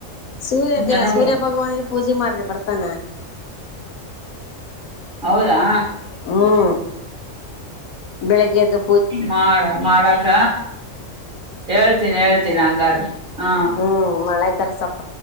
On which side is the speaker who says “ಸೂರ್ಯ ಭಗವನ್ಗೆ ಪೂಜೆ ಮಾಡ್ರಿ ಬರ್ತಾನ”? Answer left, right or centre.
Left